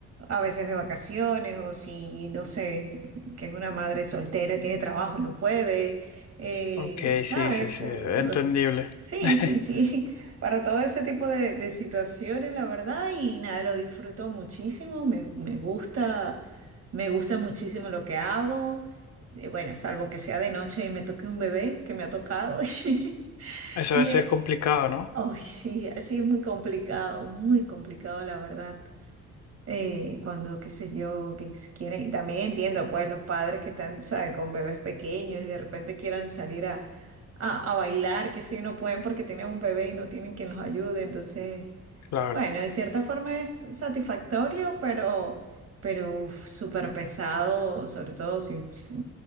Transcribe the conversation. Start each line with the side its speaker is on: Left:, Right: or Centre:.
Right: a veces de vacaciones o si, no sé, que es una madre soltera, y tiene trabajo y no puede, eh,
Left: ok,
Right: ¿sabes?
Left: sí, sí, sí,
Right: Con
Left: entendible.
Right: los- sí,
Left: <laughs>
Right: sí, sí, <laughs> para todo ese tipo de, de situaciones, la verdad, y nada, lo disfruto muchísimo, me, me gusta, me gusta muchísimo lo que hago. Eh, Bueno, salvo que sea de noche y me toque un bebé que me ha tocado. <laughs>
Left: Eso
Right: Y
Left: debe ser
Right: eh,
Left: complicado, ¿no?
Right: ay, sí, así es muy complicado, muy complicado, la verdad. Eh, cuando, qué sé yo, que s- quieren. y También entiendo, pues, los padres que están, ¿sabes?, con bebés pequeños y de repente quieran salir a, a, a bailar, que sí, no pueden porque tienen un bebé y no tienen quien los ayude. Entonces.
Left: Claro.
Right: Bueno, de cierta forma es satisfactorio, pero, pero uf, súper pesado, sobre todo si, si,